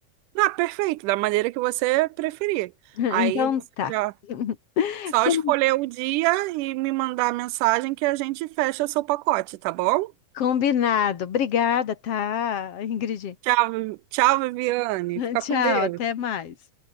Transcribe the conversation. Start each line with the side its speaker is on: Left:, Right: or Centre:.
Right: Ah, perfeito, da maneira que você preferir.
Left: <laughs> Então
Right: Aí você
Left: tá.
Right: já
Left: <laughs>
Right: só
Left: Com-
Right: escolher o dia e me mandar a mensagem que a gente fecha seu pacote, tá bom?
Left: Combinado. Obrigada, tá, Ingrid?
Right: Tchau, Vi- tchau, Viviane.
Left: <laughs>
Right: Fica
Left: Tchau,
Right: com Deus.
Left: até mais.